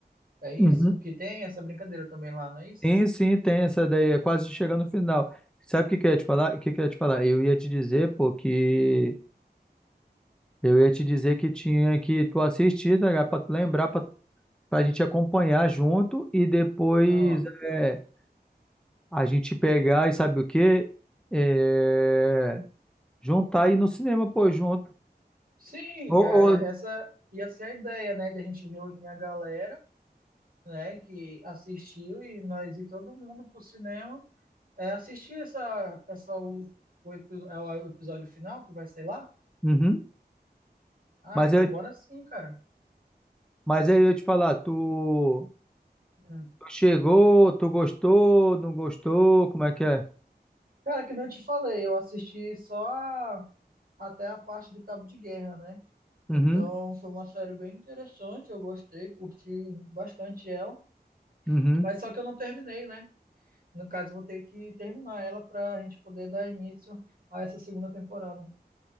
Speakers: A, on the right; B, in the centre.
A: É isso?
B: Uhum.
A: Que tem essa brincadeira também lá, não é isso?
B: Sim, sim, tem essa daí. É quase chegando no final. Sabe o que que eu ia te falar? O que que eu ia te falar? Eu ia te dizer, pô, que. Eu ia te dizer que tinha que tu assistir, tá ligado? Pra tu lembrar, pra, pra gente acompanhar junto e depois.
A: Ah,
B: é, A gente pegar e sabe o quê? É, Juntar e ir no cinema, pô, junto.
A: sim,
B: Ô,
A: é,
B: ô,
A: essa ia ser a ideia, né? De a gente reunir a galera, né? Que assistiu e nós ir todo mundo pro cinema É, assistir essa, essa o, o, epi- é o episódio final que vai sair lá?
B: uhum.
A: Ah,
B: Mas
A: então
B: eu,
A: bora sim, cara.
B: mas aí eu ia te falar, tu,
A: Hum.
B: tu chegou, tu gostou, não gostou, como é que é?
A: Cara, que nem eu te falei, eu assisti só a- até a parte do Cabo de Guerra, né?
B: Uhum,
A: Então foi uma série bem interessante, eu gostei, curti bastante ela.
B: uhum.
A: Mas só que eu não terminei, né? No caso, eu vou ter que terminar ela pra gente poder dar início a essa segunda temporada.